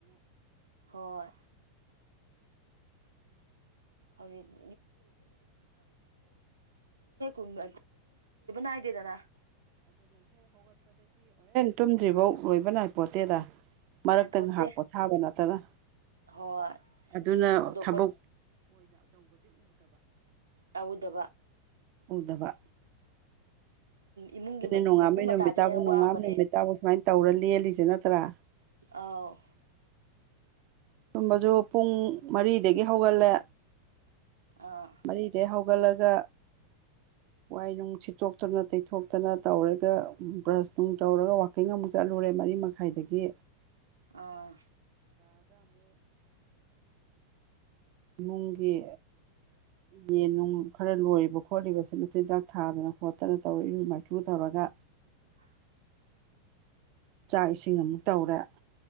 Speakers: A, on the right; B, on the right.
A: ꯍꯣꯏ ꯍꯧꯖꯤꯛ ꯌꯨꯝ ꯍꯥꯏꯗꯦꯗꯥꯅ
B: ꯇꯨꯝꯗ꯭ꯔꯤꯐꯕꯥꯎ ꯂꯣꯏꯕ ꯅꯥꯏꯄꯣꯟꯇꯦꯗ ꯃꯔꯛꯇꯥ
A: ꯅꯥꯏꯄꯣꯠꯇꯦ
B: ꯉꯥꯏꯍꯥꯛ ꯄꯣꯊꯥꯕ ꯅꯠꯇꯅ
A: ꯍꯣꯏ
B: ꯑꯗꯨꯅ
A: ꯑꯗꯣ
B: ꯊꯥꯕꯛ
A: ꯄꯣꯠ ꯇꯧꯗꯕ
B: ꯎꯗꯥꯕ
A: ꯏꯃꯨꯡꯒꯤ
B: ꯅꯣꯡꯉꯥꯟꯕꯩ
A: ꯃꯀꯨꯞ ꯃꯇꯥꯁꯤꯅ
B: ꯅꯨꯃꯤꯠꯇꯥꯕꯨ
A: ꯍꯦꯟ
B: ꯅꯣꯡꯉꯥꯟꯕ
A: ꯋꯥꯕꯅꯦ
B: ꯅꯨꯃꯤꯠꯇꯥꯕꯨ ꯁꯨꯃꯥꯏꯅ ꯇꯧꯔ ꯂꯦꯜꯂꯤꯁꯦ ꯅꯠꯇ꯭ꯔꯥ
A: ꯑꯧ
B: ꯇꯨꯝꯕꯁꯨ ꯄꯨꯡ ꯃꯔꯤꯗꯒꯤ ꯍꯧꯒꯠꯂꯦ
A: ꯑꯥ
B: ꯃꯔꯤꯗꯒꯤ ꯍꯧ ꯍꯧꯒꯠꯂꯒ ꯋꯥꯏ ꯅꯨꯡꯁꯤꯠꯇꯣꯛꯇꯅ ꯇꯩꯣꯛ ꯊꯣꯛꯇꯅ ꯇꯧꯔꯒ ꯕ꯭ꯔꯁ ꯅꯨꯡ ꯇꯧꯔꯒ ꯋꯥꯛꯀꯤꯡ ꯑꯃꯨꯛ ꯆꯠꯂꯨꯔꯦ ꯃꯔꯤ ꯃꯈꯥꯏꯗꯒꯤ
A: ꯑꯥ
B: ꯃꯨꯡꯒꯤꯦ ꯌꯦꯟ ꯅꯨꯡ ꯈꯔ ꯂꯣꯏꯔꯤꯕ ꯈꯣꯠꯂꯤꯕꯁ ꯃꯆꯤꯟꯖꯥꯛ ꯊꯥꯗꯅ ꯈꯣꯠꯇꯅ ꯇꯧꯔꯛꯏꯕ ꯃꯆꯨ ꯇꯧꯔꯒ
A: <unintelligible>
B: ꯆꯥꯛ ꯏꯁꯤꯡ ꯑꯃꯨꯛ ꯇꯧꯔꯦ